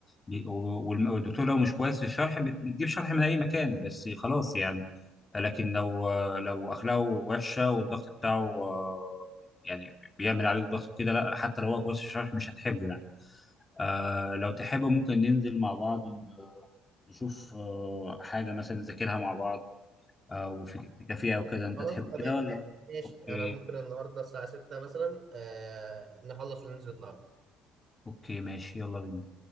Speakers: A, on the left; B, on the right.
A: بي- و- والم- والدكتور لو مش كويس في الشرح بت- بتجيب شرح من اي مكان بس خلاص يعني لكن لو آه، لو اخلاقه وحشه والضغط بتاعه آه، يعني بيعمل عليك ضغط وكده لا حتى لو هو كويس في الشرح مش هتحبه يعني آه لو تحب ممكن ننزل مع بعض ن- نشوف آه حاجه مثلا نذاكرها مع بعض آه، وفي في كافيه او كده انت
B: خلاص
A: تحب
B: تمام
A: كده ولا
B: ماشي
A: اوكي
B: انا ممكن النهارده الساعه 6 مثلا آه نخلص وننزل النهارده
A: اوكي ماشي يلا بينا